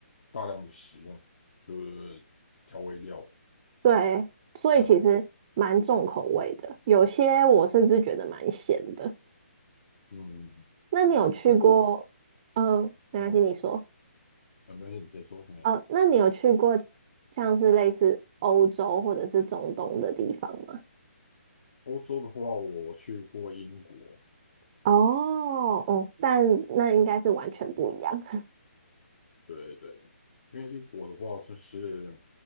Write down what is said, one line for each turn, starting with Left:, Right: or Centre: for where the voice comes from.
Left: 大量的使用就是调味料
Right: 对，所以其实蛮重口味的，
Left: 这样。
Right: 有些我甚至觉得蛮咸的。
Left: 嗯，
Right: 那你有去过？
Left: 但是我
Right: 嗯，没关系，
Left: 嗯，
Right: 你说。
Left: 呃没有你先说没。
Right: 呃，那你有去过像是类似欧洲或者是中东的地方吗？
Left: 欧洲的话，我去过英国。
Right: 哦哦，但那应该是完全不一样。
Left: 对对，因为英国的话，它是